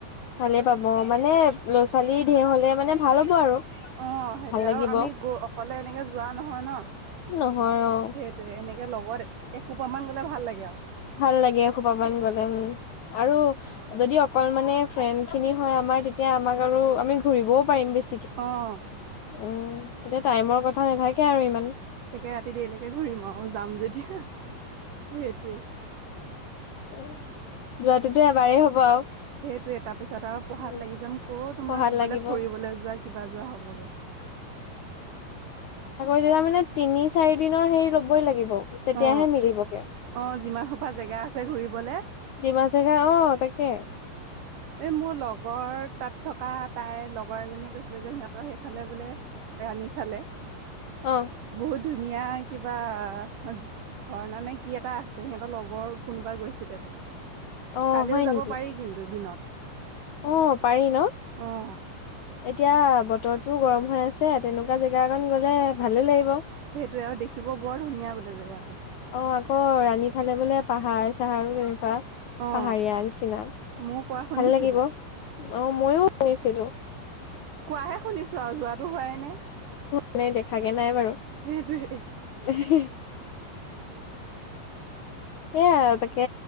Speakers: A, on the left; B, on the right.
A: ভালেই পাব মানে ল'ৰা ছোৱালী ধেৰ হলে মানে ভাল হ'ব আৰু
B: অ সেইটোয়ে
A: ভাল লাগিব
B: আৰু আমি গ অকলে এনেকে যোৱা নহয় ন
A: নহয় অ
B: সেইটয়ে এনেকে লগত এসোপ মান গলে ভাল লাগে আৰু
A: ভাল লাগে সোপাবান গলে উম আৰু যদি অকল মানে ফ্ৰেণ্ খিনি হয় আমাৰ তেতিয়া আমাক আৰু আমি ঘুৰিবও পাৰিম বেছি
B: আহ
A: উম তেতিয়া টাইমৰ কথা নাথাকে আৰু ইমান
B: একে ৰাতি দেৰিলৈকে ঘূৰিম আৰু যাম যেতিয়া সেইটোৱে
A: যোৱাটোত এবাৰেই হ'ব আৰু
B: সেইটোয়ে তাৰ পিছত আৰু পঢ়াত
A: উম
B: লাগি যাম ক'ত তোমাৰ
A: পঢ়াত
B: কৰবালৈ
A: লাগিব
B: ফুৰিবলৈ যোৱা কিবা যোৱা হ'বগে
A: না মানে তিনি চাৰি দিনৰ হেৰি ল'বই লাগিব তেতিয়াহে
B: অ
A: মিলিবগে
B: অ যিমান সোপা জেগা আছে ঘূৰিবলে
A: ডিমা চেগা অ তাকে
B: এই মোৰ লগৰ তাত থকা তাইৰ লগৰ এজনীয়ে কৈছিলে যে সিহঁতৰ সেইফালে বোলে ৰাণী ফালে
A: আহ
B: বহুত ধুনীয়া কিবা ঝৰ্ণা নে কি এটা আছে সিহঁতৰ লগৰ কোনোবাই গৈছিলে বোলে
A: অ
B: কালিও
A: হয়
B: যাব
A: নেকি
B: পাৰি কিন্তু দিনত
A: অ পাৰি ন
B: অ'
A: এতিয়া বত টোও গৰম হৈ আছে তেনেকুৱা জেগা অকণ গ'লে ভালো লাগিব
B: সেইটোৱেই আৰু দেখিব বৰ ধুনীয়া বোলে জেগাতটো।
A: অ' আকৌ ৰাণী ফালে বোলে পাহাৰ চাহাৰো <unintelligible>
B: অ'
A: পাহাৰীয়া নিচিনা,
B: ময়ো কোৱা শুনিছিলো
A: ভাল লাগিব। অ' মইয়ো গৈছিলো।
B: কোৱাহে শুনিছো আৰু যোৱাতটো হোৱাই নাই।
A: মানে দেখাকে নাই বাৰু।
B: সেইটোৱে
A: <unintelligible> সেইয়াই তাকে